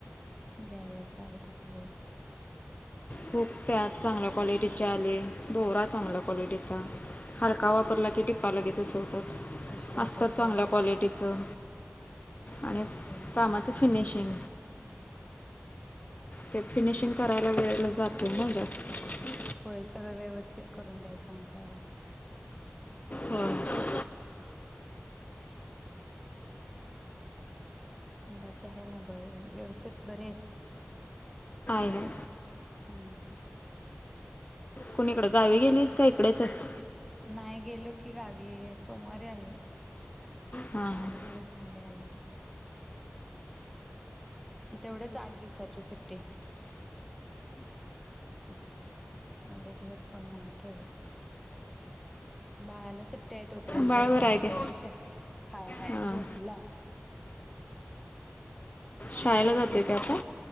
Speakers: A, in the centre; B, on the left (about 40°).
A: घ्यायलाच लागत असेल वय
B: खूप त्यात चांगल्या क्वालिटीचे आले दोरा चांगल्या क्वालिटीचा हलका वापरला की टिप्पा लगेच असं
A: उसवत्यात
B: असत चांगल्या
A: होय
B: क्वालिटीचं आणि
A: होय.
B: कामाचं फिनिशिंग ते फिनिशिंग करायला वेळ जातं ना जास्त
A: होय सगळं व्यवस्थित करून द्यायचं म्हटल्यावर
B: हो आहे
A: बाकी आहे ना व्यवस्थेत बरे आहेस
B: आहे
A: हा ह
B: कोुणी इकडं गावी गेलीस का इकडेचच
A: नाही गेलो की गावी सोमवारी आलो
B: हां हां
A: आठ दिवस झाले आलो तेवढच आठ दिवसाची सुट्टी एवढे दिवस कोण नाही ठेवत बाळाला सुट्टी आहेत त- यंत
B: बाळवर
A: एकदा
B: आहे
A: म
B: काय
A: श हाय हाय
B: हां
A: झोपला
B: शाळेला जाते. त्यात अ.